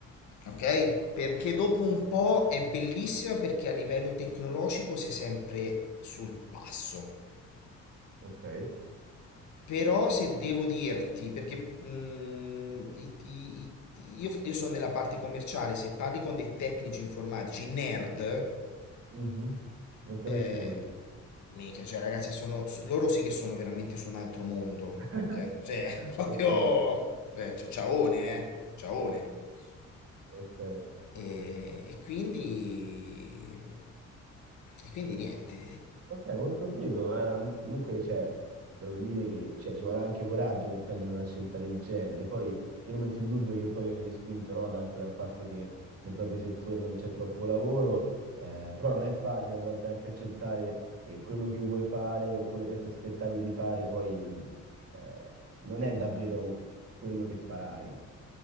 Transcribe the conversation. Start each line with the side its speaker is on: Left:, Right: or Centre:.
Left: ok? Perché dopo un po' è bellissima perché a livello tecnologico sei sempre sul passo.
Right: Ok.
Left: Però se devo dirti, perché mm, i- i- i- io, io sono nella parte commerciale, se parli con dei tecnici informatici, nerd,
Right: Mhm. Non capisci
Left: eh,
Right: nulla.
Left: mica, cioè ragazzi, sono, so- loro sì che sono veramente su un altro mondo,
Right: <laughs>
Left: ok? Cioè, <laughs> proprio,
Right: Ok,
Left: cioè, cia- ciaone,
Right: ok,
Left: eh, ciaone.
Right: ok.
Left: E, e quindi, e quindi niente.
Right: Ok, molto figo, ma mm, comunque cioè, devo dire che cioè, ci vuole anche coraggio per prendere una scelta del genere. Poi io non metto in dubbio che poi viene spinto no, da- anche dal fatto che nel proprio settore non c'è troppo lavoro, eh, però non è facile a volte anche accettare che quello che vuoi fare o quello che ti aspettavi di fare poi mm, eh, non è davvero quello che farai.